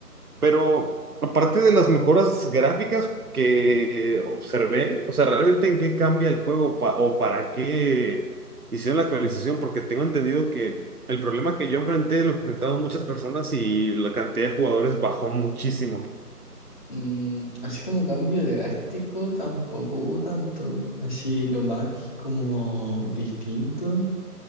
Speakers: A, on the right (about 65°); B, on the left (about 30°).
A: Pero aparte de las mejoras gráficas que observé, o sea, ¿realmente en qué cambia el juego pa- o para qué hicieron la actualización? Porque tengo entendido que el problema que yo enfrenté lo enfrentaron muchas personas y la cantidad de jugadores bajó muchísimo.
B: Mm, así como cambio drástico, tampoco hubo tanto. Así lo más como distinto